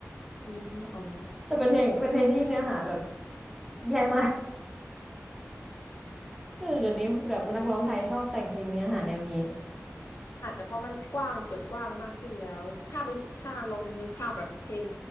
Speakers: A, on the left; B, in the centre.
A: คืออ๋อ
B: <laughs> แต่เป็นเพลงเป็นเพลงที่เนื้อหาแบบแย่มาก <laughs> เออเดี๋ยวนี้แบบนักร้องไทยชอบแต่งเพลงเนื้อหาแนวนี้
A: อาจจะเพราะมันกว้างเปิดกว้างมากขึ้นแล้วถ้าเป็นถ้าลองนึกภาพแบบเพลง